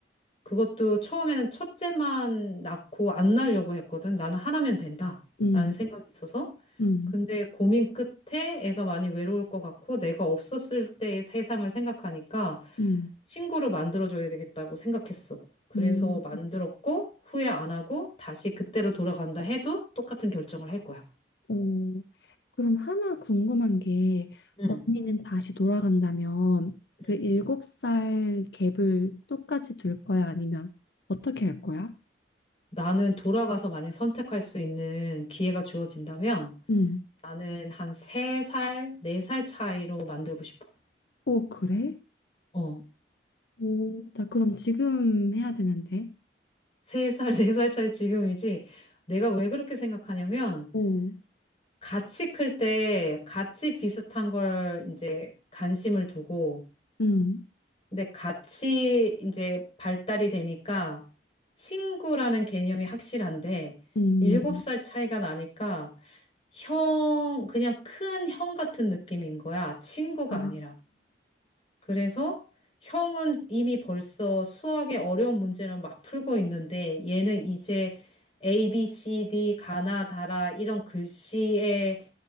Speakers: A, on the left (about 35°); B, on the left (about 65°).
A: 그것도 처음에는 첫째만 낳고 안 낳으려고 했거든. 나는 하나면 된다.
B: 음.
A: 라는 생각이 있어서.
B: 음,
A: 근데 고민 끝에 애가 많이 외로울 것 같고 내가 없었을 때의 세상을 생각하니까
B: 음,
A: 친구를 만들어줘야 되겠다고 생각했어. 그래서
B: 음,
A: 만들었고 후회 안 하고 다시 그때로 돌아간다 해도 똑같은 결정을 할 거야.
B: 어, 그럼 하나 궁금한 게,
A: 응.
B: 언니는 다시 돌아간다면 그
A: 응.
B: 일곱 살 갭을 똑같이 둘 거야? 아니면 어떻게 할 거야?
A: 나는 돌아가서 만약 선택할 수 있는 기회가 주어진다면
B: 음,
A: 나는 한 3살, 4살 차이로 만들고 싶어.
B: 오, 그래?
A: 어,
B: 오, 나 그럼 지금 해야 되는데.
A: 3살, 4살 차이 지금이지. 내가 왜 그렇게 생각하냐면
B: 오,
A: 같이 클 때 같이 비슷한 걸 이제 관심을 두고
B: 음,
A: 근데 같이 이제 발달이 되니까 친구라는 개념이 확실한데
B: 음,
A: 7살 차이가 나니까 형, 그냥 큰 형 같은 느낌인 거야. 친구가
B: 아,
A: 아니라. 그래서 형은 이미 벌써 수학의 어려운 문제를 막 풀고 있는데 얘는 이제 A, B, C, D, 가나, 다라 이런 글씨의